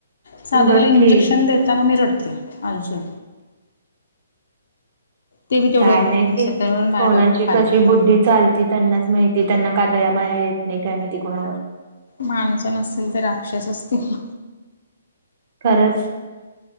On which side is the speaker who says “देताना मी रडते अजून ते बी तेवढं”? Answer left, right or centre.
Left